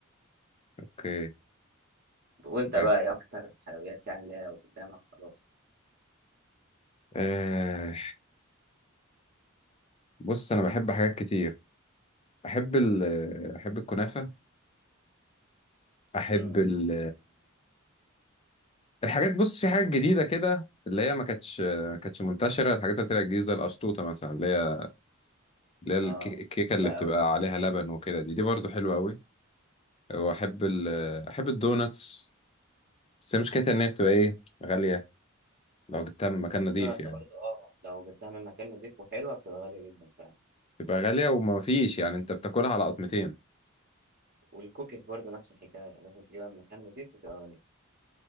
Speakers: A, on the left; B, on the right.
A: اوكي
B: وانت
A: جامد
B: بقى ايه اكتر حلويات يعني اللي هي لو قدامك خلاص
A: آه بص انا بحب حاجات كتير بحب ال... بحب الكنافه احب
B: امم
A: ال... الحاجات بص في حاجات جديدة كده اللي هي ما كانتش ما كانتش منتشرة الحاجات اللي طلعت جديدة زي القشطوطة مثلا اللي هي اللي هي الكي-
B: اه
A: الكيكة اللي
B: بقى
A: بتبقى
B: قوي
A: عليها لبن وكده دي دي برضو حلوة قوي وأحب ال أحب الدوناتس بس هي مشكلتها إن هي بتبقى إيه غالية لو جبتها من مكان
B: الدوناتس
A: نظيف يعني
B: برضه اه لو جبتها من مكان نضيف وحلوه بتبقى غاليه جدا فعلا
A: بتبقى غالية وما فيش يعني أنت بتاكلها على قطمتين
B: والكوكيز برضه نفس الحكايه يعني لازم تجيبها من مكان نضيف وتبقى غاليه